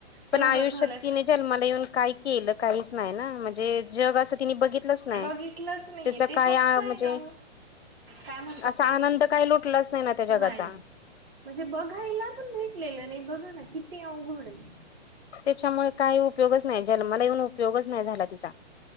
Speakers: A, on the left (about 65°); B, on the right (about 50°).
A: पण
B: तेवढं
A: आयुष्यात
B: झालं
A: तिने जन्माला येऊन काही केलं काहीच नाही ना म्हणजे जग अस तिनी बघित तलच नाय
B: बघितलंच नाहीये
A: तिच
B: ते
A: काय
B: फक्त आहे
A: म्हणजे
B: ना काय म्हणतात
A: असा
B: ते
A: आनंद काही लुटलाच नाही ना त्या जगाचा.
B: नाही म्हणजे बघायला पण भेटलेलं नाही बघा ना किती अवघड आहे.
A: त्याच्यामुळे काही उपयोगच नाही जन्माला येऊन उपयोगच नाही झाला तिचा